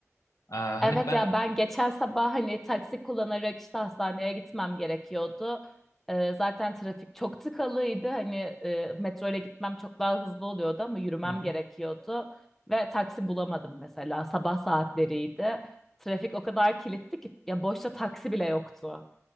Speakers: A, on the left; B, in the centre.
A: E, hani
B: Evet
A: ben
B: ya ben geçen sabah hani taksi kullanarak işte hastaneye gitmem gerekiyordu. Ee, zaten trafik çok tıkalıydı. Hani e, metro ile gitmem çok daha hızlı oluyordu ama yürümem
A: Hı hı.
B: gerekiyordu. Ve taksi bulamadım mesela. Sabah saatleriydi. Trafik o kadar kilitli ki ya boşta taksi bile yoktu.